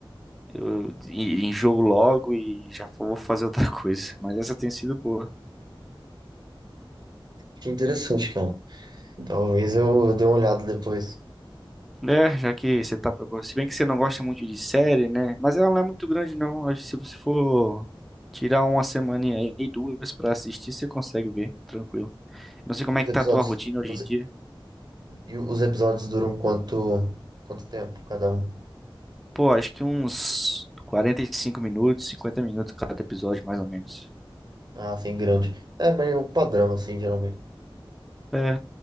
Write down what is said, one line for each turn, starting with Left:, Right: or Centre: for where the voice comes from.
Centre: Eu en- enjoo logo e já vou fazer outra <laughs> coisa. Mas essa tem sido boa.
Right: Que interessante, cara. Talvez eu dê uma olhada depois.
Centre: É, já que você tá procurando. Se bem que você não gosta muito de série, né? Mas ela não é muito grande, não. Acho que se você for tirar uma semaninha aí, duas pra assistir, você consegue ver, tranquilo. Não sei como
Right: E
Centre: é
Right: os
Centre: que tá
Right: episódios,
Centre: a tua rotina hoje
Right: os,
Centre: em dia.
Right: e os episódios duram quanto, quanto tempo cada um?
Centre: Pô, acho que uns 45 minutos, 50 minutos cada episódio, mais ou menos.
Right: Ah, assim, grande. É meio um padrão, assim, geralmente.
Centre: É,